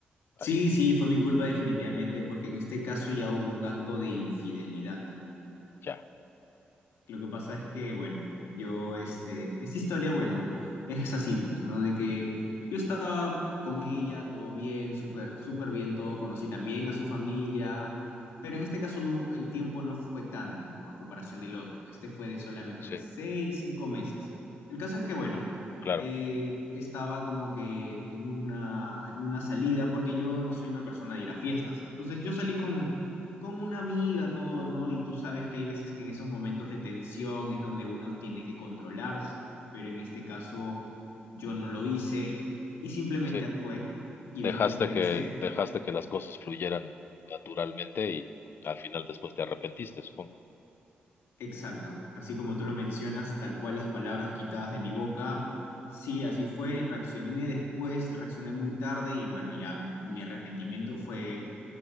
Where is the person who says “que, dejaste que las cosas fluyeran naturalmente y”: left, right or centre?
Left